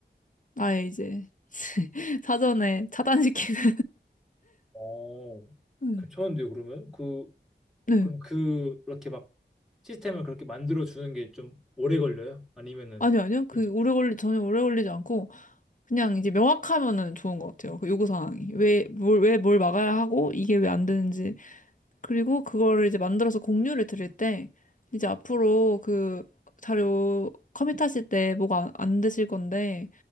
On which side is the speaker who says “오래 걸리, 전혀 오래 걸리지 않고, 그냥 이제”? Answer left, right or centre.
Left